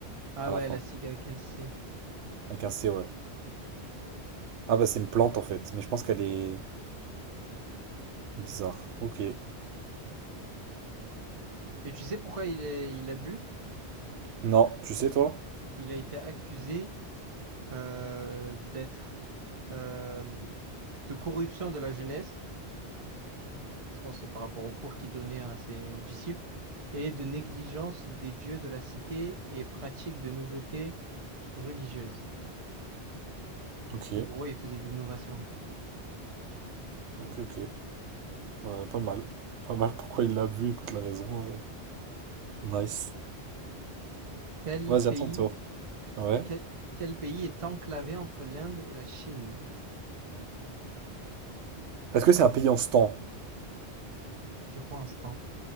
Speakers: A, on the right; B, on the right.
A: Ah
B: à
A: ouais,
B: la fin.
A: la SIG avec un C.
B: Avec un C, ouais. Ah bah c'est une plante en fait, mais je pense qu'elle est bizarre. Ok.
A: Et tu sais pourquoi il est, il a bu?
B: Non, tu sais toi?
A: Il a été accusé euh, d'être euh, de corruption de la jeunesse je pense que c'est par rapport aux cours qu'il donnait à ses disciples, et de négligence des dieux de la cité et pratique de nouveautés religieuses.
B: Ok,
A: En gros, il faisait de l'innovation.
B: ok, ok. Euh, pas mal. Pas mal, pourquoi il l'a vu, écoute la raison. euh. Nice.
A: Quel
B: Vas-y,
A: pays,
B: à ton tour. Ouais.
A: quel, quel pays est enclavé entre l'Inde et la Chine?
B: Est-ce que c'est un pays en stan?
A: Sur quoi instant?